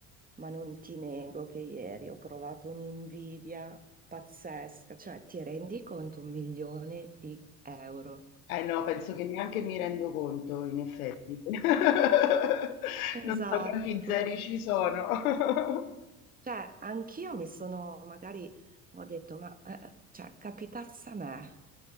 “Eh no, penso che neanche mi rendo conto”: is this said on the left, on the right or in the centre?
Left